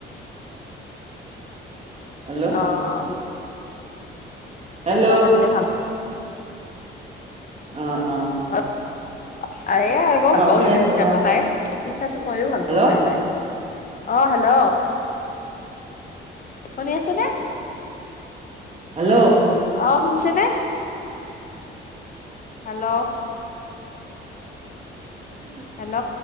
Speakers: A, on the right; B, on the left.
A: হেল্ল'
B: অ' মিঠ
A: হেল্ল'
B: মিঠিবা এটা দিলে ভাল।
A: অঁ' অঁ'।
B: আ আৰু মই ভাল পাওঁ
A: কৈ
B: কিন্তু
A: আছো
B: পিঠাটো
A: কোৱা
B: খাই পিঠাটো ময়ো ভাল
A: হেল্ল'
B: পাওঁ খাই পাই। অ', হেল্ল' শুনি আছে নে?
A: হেল্ল'।
B: অঁ', শুনিছা নে? হেল্ল'।
A: কৈ যাওঁক?
B: হেল্ল'।